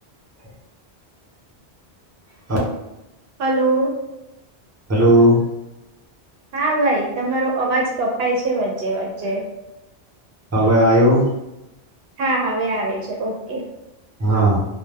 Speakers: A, on the right (about 15°); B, on the right (about 70°).
A: હ, હ.
B: હલો!
A: હલો.
B: હા ભાઈ તમારો અવાજ કપાય છે. વચ્ચે વચ્ચે
A: હવે આયો.
B: હા હવે આવે છે, ઓકે.
A: હા,